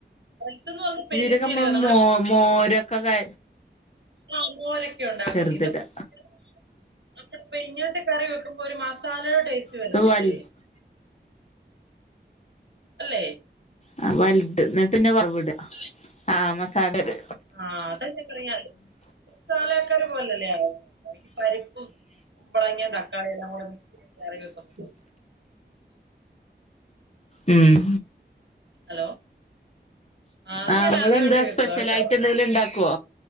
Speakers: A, on the right (about 75°); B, on the left (about 35°).
A: വലുതെന്ന് പറഞ്ഞാൽ പെരും
B: രകം
A: ജീരകം
B: നമ്മള് മോ മോരൊക്കെ കാ
A: ആ മോരൊക്കെ ഉണ്ടാക്കുന്നു
B: ചെറുതിടാ
A: ഇത് <inaudible> അപ്പപ്പ ഇങ്ങനത്തെ കറി വെക്ക് ഒരു മസാലയുടെ ടേസ്റ്റ് വരത്തില്ലേ
B: ഇത് വൽ
A: അല്ലേ
B: ആ വല്ട് എന്നട്ട് പിന്നെ <unintelligible> ആഹ് മസാലേല്
A: ആഹ് അതന്നെ പറയാല്ലെ ചാലക്കറി പോലല്ലേ അത് പരിപ്പും മ്പളങ്ങേ തക്കാളിയെല്ലാം കൂടെ മിക്സ് ചെയ്ത് കറി വെക്കും
B: ഉം
A: ഹലോ അത്
B: ആഹ്
A: ഞാൻ
B: ങ്ങളെന്താ
A: ആദ്യമായിട്ട് കേൾക്കുവാ
B: സ്പെഷ്യലായിട്ടെന്തെലും
A: കേട്ടോ
B: ഇണ്ടാക്കോ?